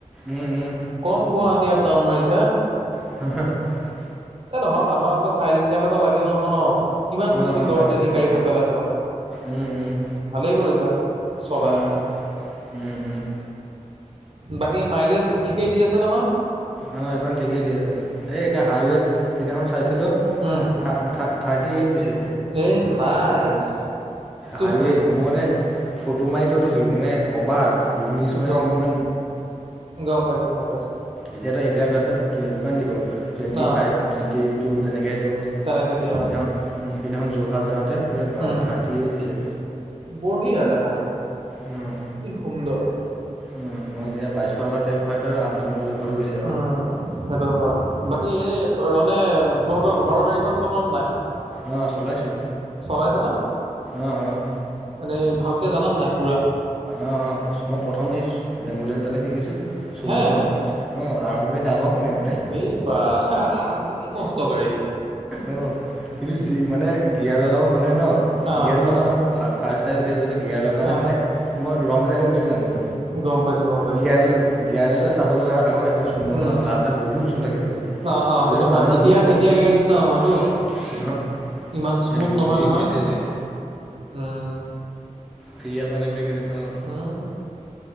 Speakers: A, in the centre; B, on the right.
A: উম উম
B: কম গুৱাহাটী আপ ডাউন মাৰিছা।
A: <unintelligible>
B: এ নহয় মানুহক আকৌ ছাইট ইনকাম এটা লাগেও নহয় ন। কিমান
A: অ
B: তুমি
A: অ
B: ঘৰত
A: লাগে
B: এনে
A: লাগে
B: গাড়ীখন পেলাই থ'বা,
A: উম উম
B: ভালেই কৰিছা। চলাই
A: উম,
B: আছা
A: উম, উম।
B: বাকী মাইলেজ ঠিকেই দি আছে নহয়।
A: অ', সেইখন ঠিকেই দি আছে, এই এতিয়া হাইৱেত সিদিনাখন চাইছিলোঁ
B: উম
A: থা- থা থাৰটি এইট দিছে।
B: এই নাইচ, অতি
A: হাইৱেত
B: সুন্দৰ।
A: মই মানে ফটো মাৰি থৈ দিছোঁ, মানে অবাক ইগনিছখনে
B: গম
A: এনেকোৱা
B: গম পাইছো গম পাইছোঁ।
A: এতিয়াতো এইবিলাক ৰাষ্টাত <unintelligible> দিব। টুৱেণ্টি
B: অ
A: ফাইভ টুৱেণ্টি টু তেনেকেহে দিব।
B: কেনেকে দিয়া অ
A: সেইদিনাখন উম, সেইদিনাখন যোৰহাট যাওঁ এ বা
B: উম
A: থাৰ্টিএইট দিছে,
B: বঢ়িয়া দেখোন
A: উম।
B: কি সুন্দৰ।
A: উম, মই তেতিয়া বাইছশ টকা তেল ভৰাই থৈ আপডাউন <unintelligible>
B: উম। সেইটো হয়, বাকী এনে ৰনে তহঁতৰ ঘৰৰ গাড়ীখন চলাওঁ নাই।
A: অ', চলাইছোঁ
B: চলাইছে নে?
A: অ', অ'।
B: মানে ভালকে জান নাই পোৰা।
A: অ', মই প্ৰথমেই এই এম্বুলেঞ্চলেহে শিকিছোঁ। চুমৰডাল
B: হে
A: অ', আৰম্ভণি ডাঙৰ শুনিবলে।
B: এই বাহ। আ আৰম্ভণি মস্ত গাড়ী।
A: অ', কিন্তু যি মানে গিয়াৰ লগাব হ'লে ন,
B: অ',
A: গিয়াৰটো লগাওঁতে ফা ফাৰ্ষ্ট চাইডে যেতিয়া গৈছে, গিয়াৰ লগাওতে
B: অ',
A: মানে মই ৰং ছাইডে গুচি যাওঁগৈ,
B: গম পাইছোঁ, গম পাইছোঁ।
A: গিয়াৰ গেয়াৰদালো চাব লগা আকৌ এইখন চুম'খনত
B: উম,
A: ক্লাছডাল বহুত জোৰ লাগেতো,
B: অ', অ', সেইটো
A: গোটেই
B: হয়।
A: মানুহগাল
B: এতিয়া
A: উঠি যাব
B: এতিয়াৰ গাড়ীৰ নিচিনা
A: <unintelligible>
B: নহয়তো। ইমান স্মুথ নহয়
A: গোটিয়ে
B: নহয়।
A: মেছেজ দিছে।
B: উম।
A: ফ্ৰী আছা নে বুলি কৈছে অঁ
B: উম,